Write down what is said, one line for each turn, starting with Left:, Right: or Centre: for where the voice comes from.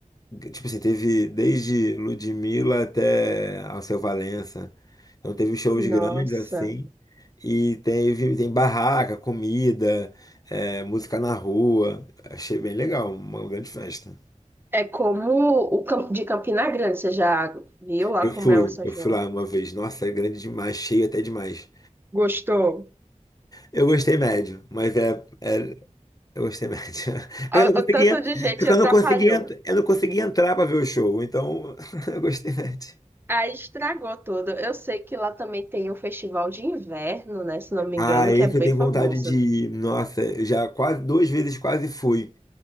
Left: Tipo assim, teve desde Ludmilla até Alceu Valença. Então teve shows
Right: Nossa.
Left: grandes assim. E teve, tem barraca, comida, é, música na rua. Achei bem legal, uma grande festa.
Right: É como o Cam- de Campina Grande, você já viu lá
Left: Eu
Right: como
Left: fui,
Right: é o São
Left: eu
Right: João?
Left: fui lá uma vez. Nossa, é grande demais, cheio até demais.
Right: Gostou?
Left: Eu gostei médio, mas é, é- eu gostei médio. <laughs> Eu
Right: O,
Left: não conseguia,
Right: o tanto de gente
Left: eu
Right: atrapalhou.
Left: não conseguia, eu não conseguia entrar pra ver o show, então <laughs> eu gostei médio.
Right: Aí estragou tudo. Eu sei que lá também tem um festival de inverno, né? Se não me
Left: Ah,
Right: engano,
Left: esse
Right: que é bem
Left: eu tenho
Right: famoso.
Left: vontade de ir. Nossa, eu já quase duas vezes quase fui.